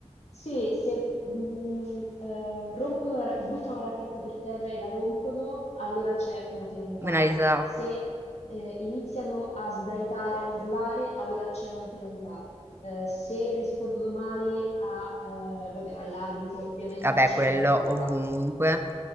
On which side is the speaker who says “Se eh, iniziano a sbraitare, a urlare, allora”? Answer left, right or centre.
Left